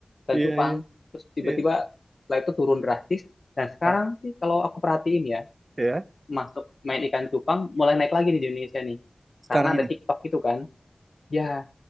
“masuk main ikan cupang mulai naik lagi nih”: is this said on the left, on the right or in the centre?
Left